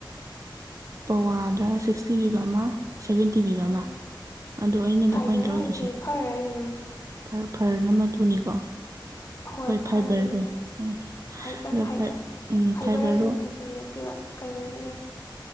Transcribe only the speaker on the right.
ꯄꯋꯥꯗ ꯁꯤꯛꯁꯇꯤ ꯄꯤꯕ ꯑꯃ ꯁꯚꯦꯟꯇꯤ ꯄꯤꯕ
ꯑꯃ ꯑꯗꯣ ꯑꯩꯅꯥ
ꯇꯧꯈꯣꯏ ꯂꯦꯔꯗꯤ
ꯀꯨꯁꯤ
ꯐꯔ ꯐꯔꯅ ꯃꯇꯨꯅꯤꯀꯣ
ꯐꯥꯏꯕꯔꯗꯣ
ꯎꯝ
ꯑꯗ
ꯐꯥꯏ ꯎꯝ
ꯐꯥꯏꯕꯔꯗꯣ